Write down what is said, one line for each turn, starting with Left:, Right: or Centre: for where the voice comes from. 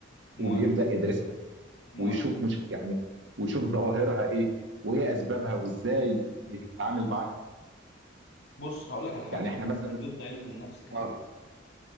Left: موافق
Right: وبيبدأ يدرسها
Left: موافق
Right: ويشوف مش يعني ويشوف ظواهرها ايه وايه اسبابها وازاي يتعامل معاها
Left: بص هقول لك على حاجه
Right: يعني احنا
Left: انا
Right: مثلا
Left: مش ضد علم النفس كفكره
Right: اه